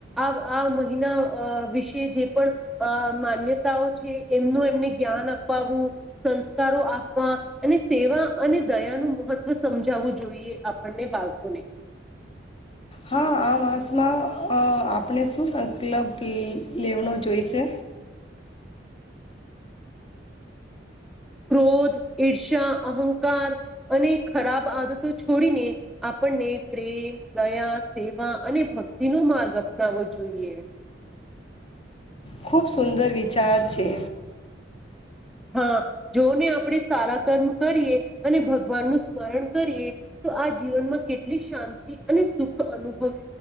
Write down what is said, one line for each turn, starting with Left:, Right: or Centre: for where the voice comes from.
Centre: આ આ મહિના અ વિશે જે પણ અ માન્યતાઓ છે એમનું એમને જ્ઞાન અપાવું સંસ્કારો આપવા અને સેવા અને દયાનું મહત્વ સમજાવવું જોઈએ આપણને પૂને
Left: હા આ માસમાં અ આપણે શું સંકલ્પ લેવાનો જોઈશે
Centre: ક્રોધ ઈર્ષા અહંકાર અને ખરાબ આદતો છોડીને આપણને પ્રેમ દયા સેવા અને ભક્તિ નો માર્ગ અપનાવવો જોઈએ
Left: ખૂબ સુંદર વિચાર છે
Centre: હા જોને આપણે સારા કર્મ કરીએ અને ભગવાનનું સ્મરણ કરીએ તો આ જીવનમાં કેટલી શાંતિ અને સુખ અનુભવ